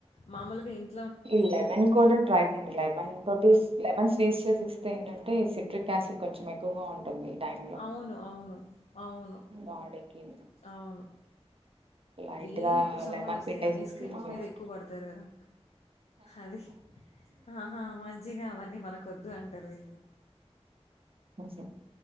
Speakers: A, on the left; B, on the right.
A: మామూలుగా ఇంట్
B: ఈ లెమెన్ తోటి ట్రై చేయండి లెమెన్ తోటీ లెమెన్స్ తీస్ చేసేస్తే ఏంటంటే సిట్రిక్ యాసిడ్ కొంచెం ఎక్కువగా ఉంటుంది. టైంలో
A: అవును అవును అవును
B: బాడీకి
A: అవును.
B: లైట్
A: వీళ్ళిప్పుడు
B: గా
A: సమ్మర్
B: లెమన్
A: వస్తే
B: పిండేసేసి
A: ఐస్ క్రీమ్స్
B: జస్ట్
A: మీద ఎక్కువ పడతారు గదా. అది ఆహా మజ్జిగా అవన్నీ మనకొద్దు అంటరు వీళ్ళు.
B: ఊహు